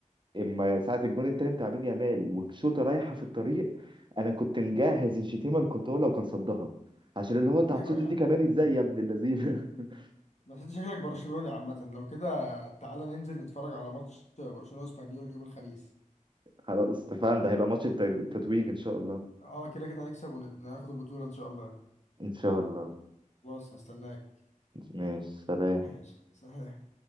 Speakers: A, on the right (about 35°); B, on the left (about 60°).
A: اما ساعه الجون التاني بتاع بين يامال والشوطه رايحه في الطريق انا كنت مجهز الشتيمه لكورتوا لو كان صدها عشان اللي هو انت هتصد
B: ايوه يا
A: دي
B: عم
A: كمان ازاي يا ابن اللذين <laughs>
B: بس انت شكلك برشلوني عامه لو كده تعالى ننزل نتفرج على ماتش برشلونه واسبانيول يوم الخميس
A: خلاص اتفقنا ده هيبقى ماتش التتويج ان شاء الله
B: اه كده كده هنكسب وناخد البطوله ان شاء الله
A: ان شاء الله
B: خلاص هستناك
A: ماشي سلام
B: ماشي سلام